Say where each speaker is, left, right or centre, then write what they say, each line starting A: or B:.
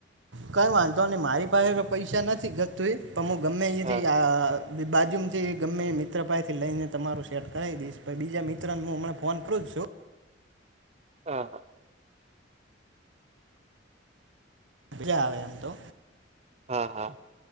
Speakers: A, on the right (about 85°); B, on the right (about 35°).
A: કંઈ વાંધો નઈ મારી પાહે તો પૈસા નથી ગતતું પણ તમે ગમે અહીયાથી
B: હા
A: આ. બાજુ થી ગમે મિત્ર પસેથી લઈને તમારું સેટ કરાવ દઈશ પહે બીજા મિત્રને હું હમને ફોન કરું જ છું.
B: હા હા.
A: એટલે આવે એમ તો.
B: હા હા.